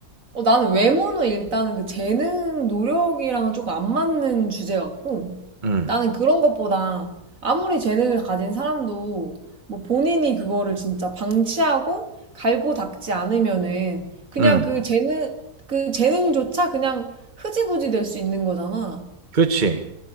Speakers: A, on the right; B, on the right.
A: 어, 나는 외모는 일단은 그 재능, 노력이랑은 조금 안 맞는 주제 같고,
B: 응,
A: 나는 그런 것보다 아무리 재능을 가진 사람도 뭐 본인이 그거를 진짜 방치하고 갈고 닦지 않으면은 그냥
B: 응.
A: 그 재능, 그 재능조차 그냥 흐지부지 될 수 있는 거잖아.
B: 그렇지.